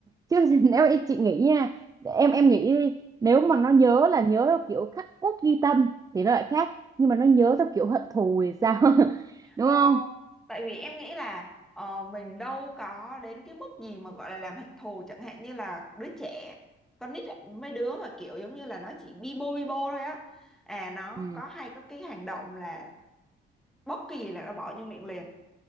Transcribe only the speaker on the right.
chứ <laughs> nếu em chị nghĩ nha, em em nghĩ đi, nếu mà nó nhớ là nhớ theo kiểu khắc cốt ghi tâm thì nó lại khác, nhưng mà nó nhớ theo kiểu hận thù thì sao? <laughs> Đúng
không?
Ừ,